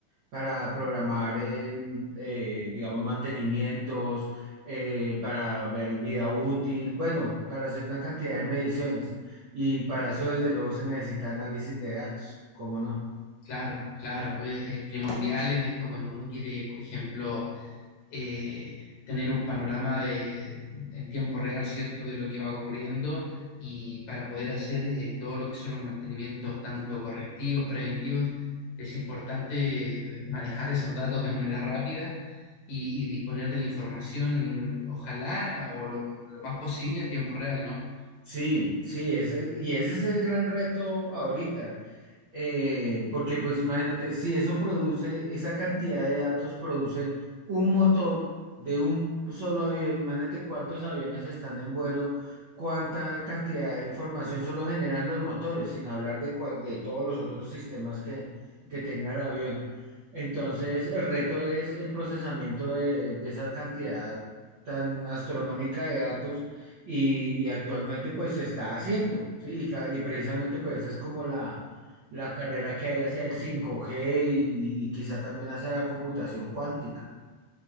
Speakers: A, on the right (about 60°); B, on the left (about 65°).
A: para programar, eh, eh, digamos, mantenimientos, eh, para ver vida útil, bueno, para hacer una cantidad de mediciones. Y para eso, desde luego, se necesita análisis de datos, ¿cómo no?
B: Claro, claro, e- es primordial en esto cuando uno quiere, por ejemplo, eh, tener un panorama de, en tiempo real, ¿cierto?, de lo que va ocurriendo y para poder hacer eh, todo lo que son los mantenimientos, tanto correctivos, preventivos, es importante eh, manejar esos datos de manera rápida y, y disponer de la información, ojalá, o lo, lo más posible en tiempo real, ¿no?
A: Sí, sí, ese, es- y ese es el gran reto ahorita. Eh, porque pues imagínate, si eso produce, esa cantidad de datos produce un motor de un solo avión, imagínate cuántos aviones están en vuelo, cuánta cantidad de información solo generan los motores, sin hablar de, cual- de todos los otros sistemas que, que tenga el avión. Entonces, el reto es el procesamiento de, de esa cantidad tan astronómica de datos y, y actualmente pues se está haciendo, ¿sí? Y, ca- y precisamente pues esa es como la la carrera que hay hacia el cinco g y, y quizá también hacia la computación cuántica.